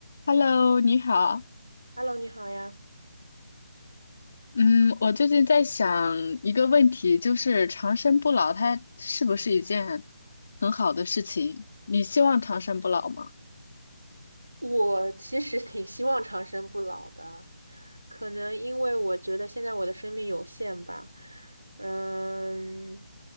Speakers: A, on the left; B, on the right.
A: Hello，你好。
B: Hello，你好呀。
A: 嗯，我最近在想一个问题，就是长生不老，它是不是一件很好的事情？你希望长生不老吗？
B: 我其实 <laughs> 挺希望长生不老的，可能因为我觉得现在我的生命有限吧。嗯，